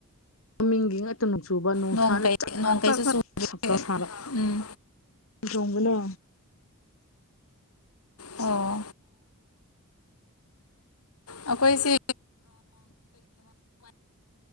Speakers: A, on the left (about 65°); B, on the left (about 80°).
A: ꯃꯃꯤꯡꯒꯤ ꯉꯇ ꯆꯨꯕ ꯅꯨꯡꯁꯥꯅ
B: ꯅꯣꯡ ꯀꯩ
A: ꯆꯥꯛ ꯆꯥꯛ
B: ꯅꯣꯡ ꯀꯩꯁꯨ
A: ꯆꯥꯛ
B: ꯆꯨꯗ꯭ꯔꯦ
A: ꯁꯛꯀ ꯁꯥꯕ
B: ꯎꯝ
A: ꯆꯣꯡꯕꯅꯣ
B: ꯑꯣ ꯑꯩꯈꯣꯏꯁꯤ